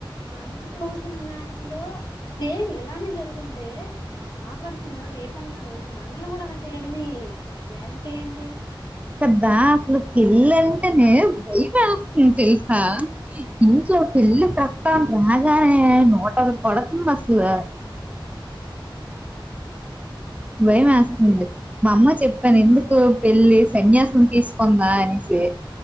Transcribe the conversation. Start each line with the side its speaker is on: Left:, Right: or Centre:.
Left: మనకి చూసిన మ్యాచ్ లో సేమ్ ఇలానే జరుగుంటే ఆ పర్సను రేపన్న రోజు మనల్ని కూడా అలా చేయడని గ్యారంటీ ఏంటి?
Right: కద్దా అసలు పెళ్ళంటేనే భయం వేస్తుంది తెలుసా! ఇంట్లో పెళ్లి ప్ర ట రాగానే నోట పడతుందా అసలు భయమేస్తుంది. మా అమ్మ చెప్పాను ఎందుకు పెళ్లి సన్యాసం తీసుకొందా అనేసి.